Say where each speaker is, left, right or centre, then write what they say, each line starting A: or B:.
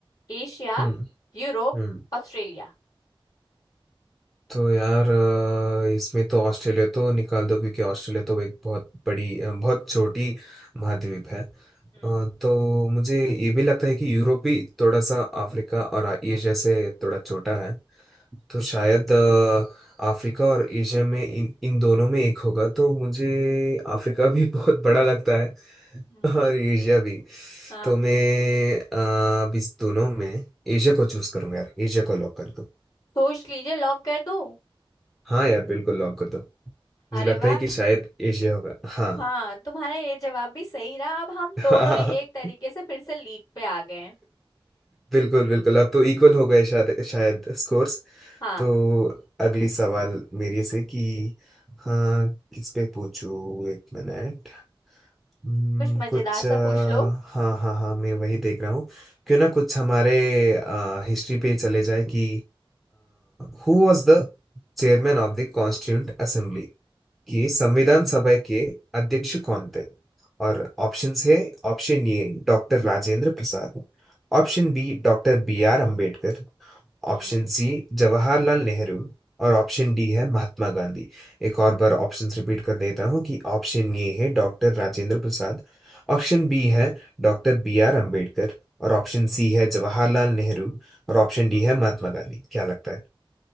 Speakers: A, on the left; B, in the centre.
A: Asia
B: हम्म,
A: Europe
B: हम्म,
A: Australia
B: तो यार अ, इसमें तो ऑस्ट्रेलिया तो निकाल दो क्योंकि ऑस्ट्रेलिया तो एक बहुत बड़ी अ, बहुत छोटी महाद्वीप है अ,
A: हम्म
B: तो मुझे ये भी लगता है कि यूरोप भी थोड़ा सा अफ्रीका और एशिया से थोड़ा छोटा है तो शायद अ, अफ्रीका और एशिया में इन इन दोनों में एक होगा तो मुझे अफ्रीका भी <laughs> बहुत बड़ा लगता है
A: हम्म,
B: और एशिया भी
A: हाँ,
B: तो मैं अ, अब इस दोनों में एशिया को चूज करूंगा यार एशिया को लॉक कर दो
A: सोच लीजिए लॉक कर दूं
B: हाँ यार बिल्कुल लॉक कर दो मुझे
A: अरे
B: लगता
A: वाह
B: है कि शायद एशिया होगा हाँ
A: हाँ तुम्हारा ये जवाब भी सही रहा अब हम
B: <laughs>
A: दोनों ही एक तरीके से फिर से लीड पे आ गए हैं
B: बिल्कुल बिल्कुल अब तो इक्वल हो गए शायद शायद स्कोर्स
A: हाँ
B: तो अगली सवाल मेरे से कि हाँ किस पे पूछूं एक मिनट हम्म,
A: कुछ मजेदार
B: कुछ
A: सा
B: अ,
A: पूछ लो
B: हाँ हाँ हाँ मैं वही देख रहा हूँ
A: हम्म
B: क्यों ना कुछ हमारे हिस्ट्री पे चले जाए कि who was the chairman of the constituent assembly कि संविधान सभा के अध्यक्ष कौन थे और ऑप्शंस है option A doctor Rajendra Prasad
A: हम्म
B: option B doctor B R Ambedkar
A: हम्म
B: option C Jawaharlal Nehru और ऑप्शन डी है महात्मा गांधी एक और बार ऑप्शंस रिपीट कर देता हूँ कि ऑप्शन ए है doctor Rajendra Prasad
A: हम्म
B: option B है डॉक्टर बी आर अंबेडकर और ऑप्शन सी है जवाहरलाल नेहरू और ऑप्शन डी है महात्मा गांधी क्या लगता है